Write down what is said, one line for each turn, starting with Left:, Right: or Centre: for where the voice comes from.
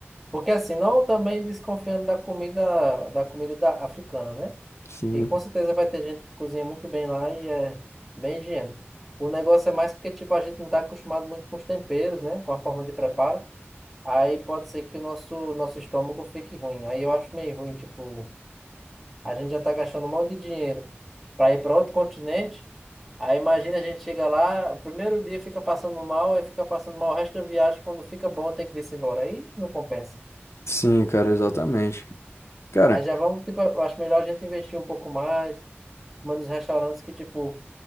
Centre: Porque assim, não também desconfiando da comida, da comida da africana, né?
Left: Sim,
Centre: E com certeza vai ter gente que cozinha muito bem lá e é bem higiênico. O negócio é mais porque, tipo, a gente não está acostumado muito com os temperos, né? Com a forma de preparo. Aí pode ser que o nosso, nosso estômago fique ruim. Aí eu acho meio ruim, tipo, a gente já tá gastando um monte de dinheiro para ir para outro continente. Aí imagina a gente chega lá, o primeiro dia fica passando mal, aí fica passando mal o resto da viagem. Quando fica bom, tem que vir-se embora. Aí não compensa.
Left: sim, cara, exatamente. Cara,
Centre: Aí já vamos, tipo, eu acho melhor a gente investir um pouco mais, comer nos restaurantes que, tipo,